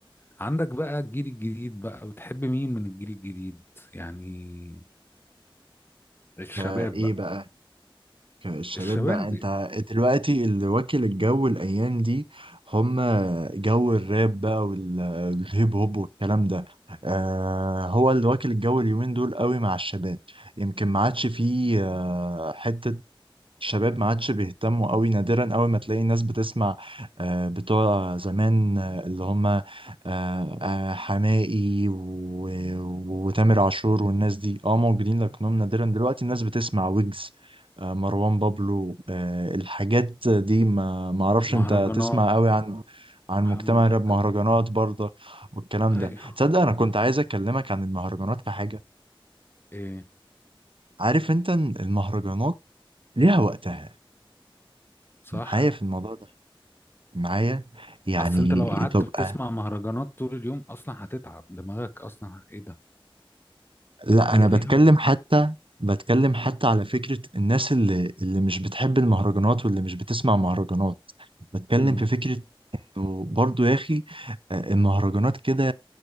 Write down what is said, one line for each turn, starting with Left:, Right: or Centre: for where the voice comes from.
Left: عندك بقى الجيل الجديد بقى بتحب مين من الجيل الجديد يعني الشباب
Right: فايه
Left: بقى
Right: بقى الشباب
Left: الشباب
Right: بقى انت دلوقتي اللي واكل الجو الايام دي هم جو الراب بقى والهيب هوب والكلام ده آه هو اللي واكل الجو اليومين دول قوي مع الشباب يمكن ما عادش فيه آه حتة الشباب ما عادش بيهتموا قوي نادرا قوي ما تلاقي ناس بتسمع آه، بتوع زمان آه، اللي هم آه، آه، حماقي و- و- وتامر عاشور والناس دي اه موجودين لكنهم نادرا دلوقتي الناس بتسمع ويجز آه، مروان بابلو آه، الحاجات دي ما ما اعرفش
Left: مهرجانات
Right: انت تسمع قوي عن عن مجتمع
Left: حمو بيكا
Right: الراب مهرجانات برضه والكلام ده
Left: ايوه
Right: تصدق انا كنت عايز اكلمك عن المهرجانات في حاجة
Left: ايه
Right: عارف انت إن المهرجانات ليها وقتها
Left: صح
Right: معايا في الموضوع ده معايا يعني
Left: اصل انت لو
Right: تبقى
Left: قعدت بتسمع مهرجانات طول اليوم اصلا هتتعب دماغك اصلا ايه ده
Right: لا
Left: هي
Right: انا بتكلم
Left: ليها
Right: حتى بتكلم حتى على فكرة الناس اللي اللي مش بتحب المهرجانات واللي مش بتسمع مهرجانات بتكلم
Left: امم
Right: في فكرة وبرضه يا اخي آه، المهرجانات كده